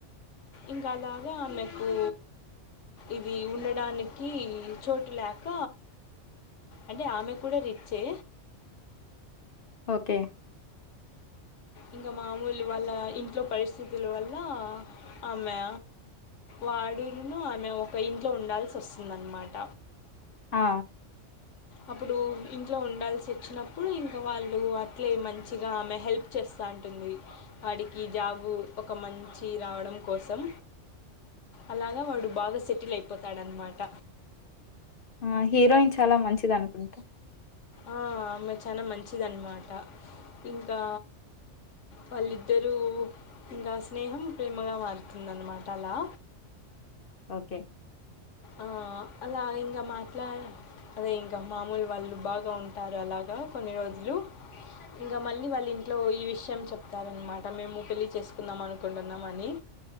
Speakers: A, on the left (about 75°); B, on the left (about 50°).
A: ఇంకాఅ లాగా ఆమెకు ఇది ఉండడానికి చోటు లేక అంటే ఆమె కూడ రిచ్చే
B: ఒకే
A: ఇంకా మామూలు వాళ్ళ ఇంట్లో పరిస్థితుల వల్ల ఆమె వాడునును ఆమె ఒక ఇంట్లో ఉండాల్సి వస్తుందన్నమాట
B: ఆ
A: అప్పుడు ఇంట్లో ఉండాల్సి వచ్చినప్పుడు ఇంకా వాళ్ళు అట్లే మం మంచిగా ఆమె హెల్ప్ చేస్తూ ఉంటుంది వాడికి జాబు ఒక మంచి రావడం కోసం అలాగా వాడు బాగా సెటిల్ అయిపోతాడన్న మాట
B: ఆ హీరోయిన్ చాలా మంచిది అనుకుంట
A: ఆ ఆమె చాలా మంచిదన్నమాట ఇంకా వాళ్ళిద్దరూ ఇంకా స్నేహం ప్రేమగా మారుతుందన్నమాట అలా
B: ఓకే.
A: ఆ అలా ఇంగా మాట్లా అదే ఇంగా మాములు వాళ్ళు బాగా ఉంటారు, అలాగా కొన్ని రోజులు ఇంగ మళ్ళీ వాళ్ళ ఇంట్లో ఈ విషయం చెప్తారన్మాట మేము పెళ్ళి చేసుకుందాం అనుకుంటున్నాం అని,